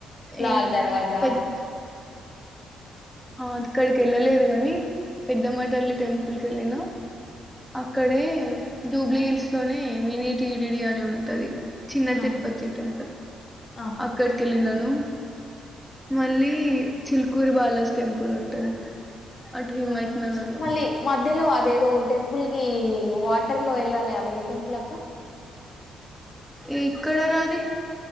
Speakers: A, on the left (about 45°); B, in the centre.
A: ల
B: ఇం
A: దరవాజా
B: పెద్ద ఆ అక్కడికి వెళ్ళలేదు కాని పెద్దమటల్లి టెంపుల్ క వెళ్ళిన అక్కడే జూబ్లీ హిల్స్ లోనే మినీ టీటిడి అని ఉంటది చిన్న తిరుపతిటం
A: ఆహా ఆహా
B: అక్కడి తెలిన హలో మళ్ళీ చిల్కూరి బాలాజ్ టెంపుల్ ఉంటది అటు హిమాయత్
A: ఆ
B: నగర్ లో
A: మళ్ళీ మ మధ్యలో అదేదో టెంపుల్ కి వాటర్ లో వెళ్ళాలి అది ఏ టెంపుల్ అక్కా.
B: ఎక్కడ రా అది.